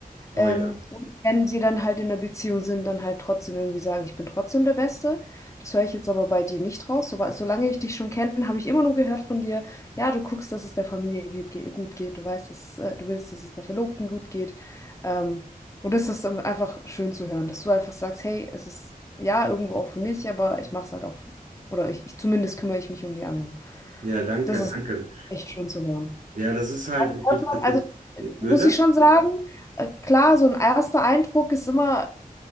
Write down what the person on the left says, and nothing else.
Ähm,
und wenn sie dann halt in einer Beziehung sind, dann halt trotzdem irgendwie sagen, ich bin trotzdem der Beste. Das höre ich jetzt aber bei dir nicht raus. So, solange ich dich schon kenne, habe ich immer nur gehört von dir, ja, du guckst, dass es der Familie geht, ge gut geht. Du weißt, dass, äh, du willst, dass es der Verlobten gut geht. Ähm, und das ist dann einfach schön zu hören, dass du einfach sagst, hey, es ist ja irgendwo auch für mich, aber ich mache es halt auch, oder ich, ich zumindest kümmere ich mich um die anderen.
Das ist
echt schön zu hören.
Hört man-
Also äh,
muss ich schon sagen, äh, Klar, so ein erster Eindruck ist immer